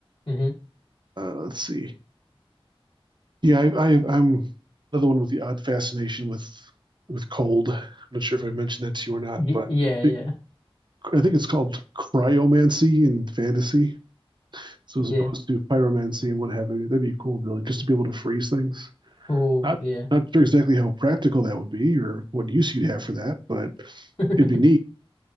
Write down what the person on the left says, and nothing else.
hmm
Y
yeah,
yeah.
Yeah.
Oh,
yeah.
<laughs>